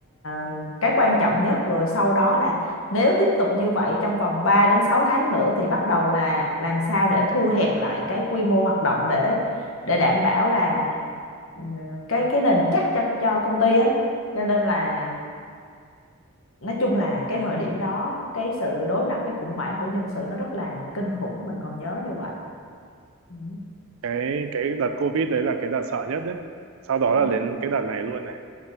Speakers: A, on the left (about 65°); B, on the right (about 65°).
A: ờ, cái quan trọng nhất rồi sau đó là nếu tiếp tục như vậy trong vòng 3 đến 6 tháng nữa thì bắt đầu là làm sao để thu hẹp lại cái quy mô hoạt động để để đảm bảo là ừ, cái cái nền chắc cho cho công ty ấy cho nên là nói chung là cái thời điểm đó cái sự đối mặt với khủng hoảng của nhân sự nó rất là kinh khủng mình còn nhớ như vậy Ừ.
B: cái cái đợt Covid đấy là cái đợt sợ nhất đấy sau đó
A: Ừ.
B: là đến cái đợt này luôn này